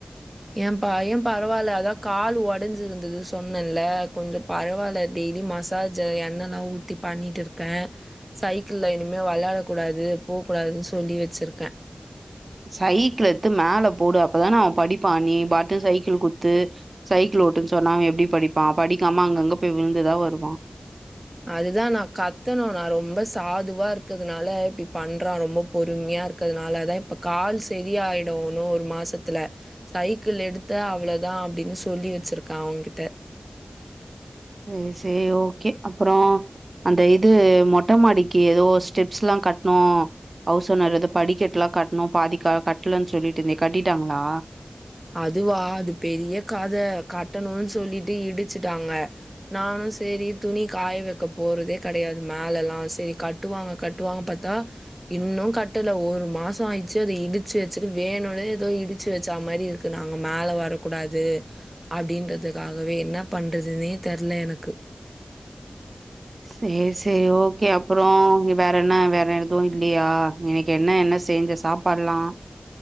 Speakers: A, on the right; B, on the right.
A: ஏ பைய பரவால்ல அதா கால் ஒடஞ்சிருந்தது சொன்னேல கொஞ்சோ பரவால்ல டெய்லி மசாஜ் எண்ணல்லா ஊத்தி பண்ணிட்டுருக்க சைக்கிள்ல இனிமே வெளையாடக் கூடாது போ கூடாதுன்னு சொல்லி வெச்சிருக்க
B: சைக்கிள எத்து மேல போடு அப்பதானே அவன் படிப்பா நீ பாட்டு சைக்கிள் குத்து சைக்கிள் ஓட்டுன்னு சொன்னா அவன் எப்டி படிப்பா படிக்காம அங்கங்க பேய் விழுந்துதா வருவா
A: அதுதா நா கத்தனு நா ரொம்ப சாதுவா இருக்கதுனால இப்டி பண்றா ரொம்ப பொறும்யாருக் கதுனால தான இப்ப கால் செரியாயிடும் உனும் ஒரு மாசத்துல சைக்கிள் எடுத்த அவ்ளோதா அப்டின்னு சொல்லி வச்சிருக்க அவங்கிட்ட
B: சேர் சேர் ஓக்கே அப்புறோ அந்த இது மொட்ட மாடிக்கு எதோ ஸ்டெப்ஸ்லா கட்ணு அவுஸ் ஓனர் எதோ படிக்கட்லா கட்ணு பாதிக்கா கட்டலன்னு சொல்லிட்டு இருந்தயே கட்டிட்டாங்ளா
A: அதுவா அது பெரிய கத கட்டனுன் சொல்லிட்டு இடிச்சுட்டாங்க நானு செரி துணி காய வைக்க போறதே கெடையாது மேலல்லா சரி கட் டுவாங்க கட்டுவாங்க பாத்தா இன்னு கட்டல ஒரு மாசோ ஆயிச்சு அத இடிச்சு வச்சுட்டு வேணுனே ஏதோ இடிச்சு வச்சா மாரி இருக்கு நாங்க மேல வரக்கூடாது அப்டின்றதுக்காகவே என்ன பண்றதுன்னே தெர்ல எனக்கு
B: சேர் சேரி ஓக்கே அப்புறோ வேறென்ன வேற எதுவும் இ ல்லையா இன்னைக்கு என்ன என்ன செஞ்ச சாப்பாடுலா